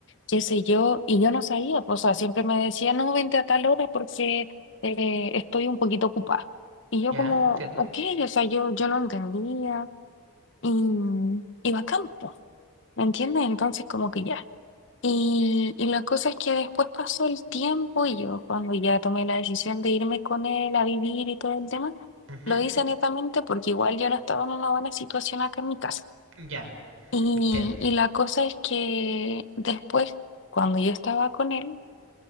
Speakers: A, on the left; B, on the right.
A: qué sé yo, y yo no sabía, pues, o sea, siempre me decía, no, vente a tal hora porque eh, estoy un poquito ocupada. Y yo
B: ya,
A: como,
B: entiendo,
A: ok, o sea, yo, yo lo entendía y iba a campo, ¿me entiendes? Entonces como que ya. Y, y la cosa es que después pasó el tiempo y yo cuando ya tomé la decisión de irme con él a vivir y todo el tema,
B: ujú,
A: lo hice netamente porque igual yo no estaba en una buena situación acá en mi casa.
B: ya,
A: Y,
B: entiendo.
A: y la cosa es que después, cuando yo estaba con él,